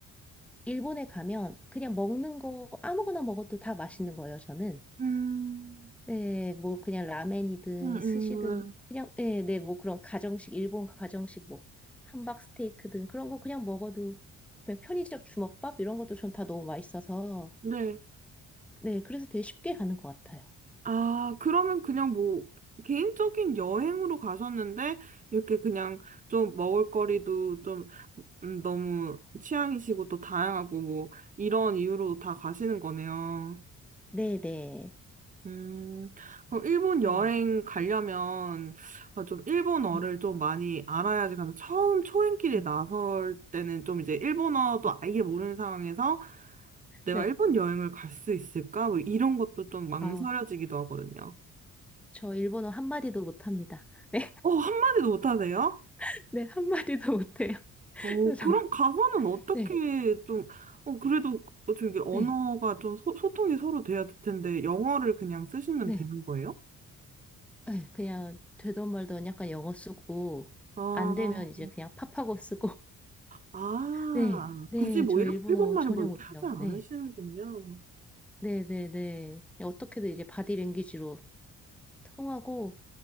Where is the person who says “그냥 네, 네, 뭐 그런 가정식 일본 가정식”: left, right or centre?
Centre